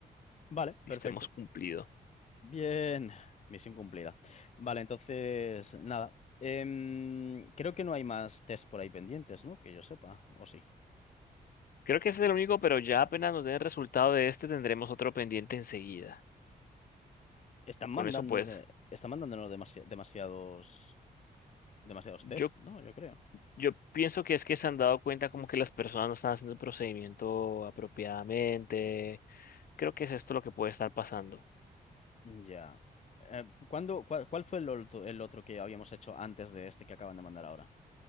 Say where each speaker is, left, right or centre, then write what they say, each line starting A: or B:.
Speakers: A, on the left; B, on the left.
A: Vale, perfecto.
B: Listo, hemos cumplido.
A: Bien, misión cumplida. Vale, entonces, nada. Em, creo que no hay más test por ahí pendientes, ¿no? Que yo sepa, o sí.
B: Creo que ese es el único, pero ya apenas nos den el resultado de este, tendremos otro pendiente enseguida.
A: Están
B: Eh, Con
A: mandando
B: eso, pues,
A: de, están mandándonos demasi- demasiados, demasiados
B: yo,
A: test, ¿no? Yo creo.
B: yo pienso que es que se han dado cuenta como que las personas no están haciendo el procedimiento apropiadamente Creo que es esto lo que puede estar pasando.
A: Ya. Eh, ¿cuándo- cuál, cuál fue el otro, el otro que habíamos hecho antes de este que acaban de mandar ahora?